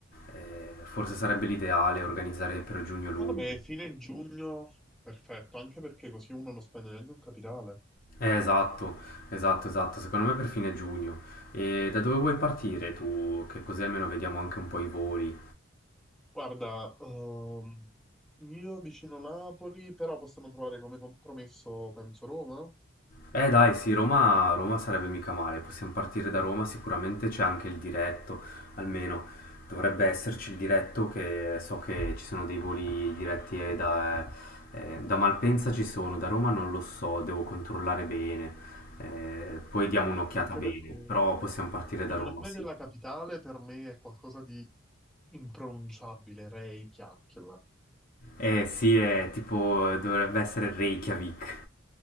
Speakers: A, on the left; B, in the centre.
A: Eh, forse sarebbe l'ideale organizzare per giugno-luglio.
B: Secondo me fine giugno, perfetto, anche perché così uno non spende neanche un capitale.
A: Eh, esatto, esatto, esatto, secondo me per fine giugno. E da dove vuoi partire tu? Che così almeno vediamo anche un po' i voli.
B: Guarda, ehm, io vicino Napoli, però possiamo trovare come compromesso, penso, Roma.
A: Eh dai, sì, Roma, Roma sarebbe mica male, possiamo partire da Roma, sicuramente c'è anche il diretto, almeno dovrebbe esserci il diretto che so che ci sono dei voli diretti eh,
B: Sì,
A: da, eh, da Malpensa ci sono, da Roma non lo so, devo controllare bene, Eh, poi diamo un'occhiata
B: anche
A: bene,
B: perché
A: però possiamo partire
B: il
A: da
B: nome
A: Roma, sì.
B: della capitale per me è qualcosa di impronunciabile, Reykjavik.
A: Eh sì, è tipo, dovrebbe essere Reykjavik,